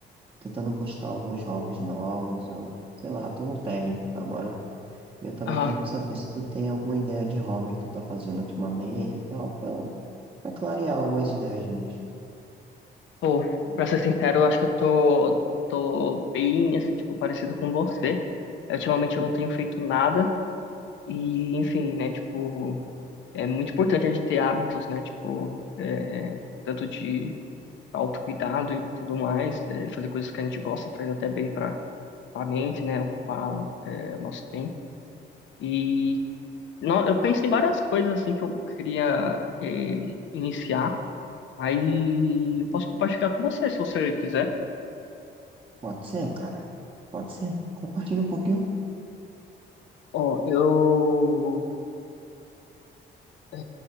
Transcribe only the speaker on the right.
Tentando buscar alguns hobbies novos. Eu, sei lá, tô no tédio agora. E eu tava
querendo saber se tu tem alguma ideia de hobby que tu tá fazendo ultimamente e tal, pra eu pra clarear algumas ideias minhas.
Hum,
Pode ser, cara. Pode ser. Compartilha um pouquinho.